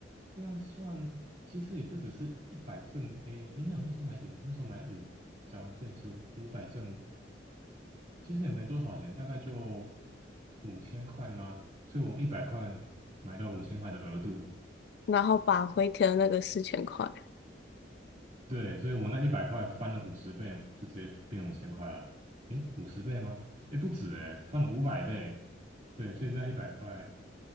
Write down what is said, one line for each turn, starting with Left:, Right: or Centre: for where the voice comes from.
Right: 这样算其实也就只是一百正，诶，诶，没有，那时候买几张？那时候买五张，所以是五百正，其实也没多少钱，大概就五千块吗？所以我一百块买到五千块的额度，
Left: 然后把回填的那个四千块，
Right: 对，所以我那一百块翻了五十倍嘛，就直接变五千块了。诶，五十倍吗？诶，不止诶，翻了五百倍。对，所以那一百块，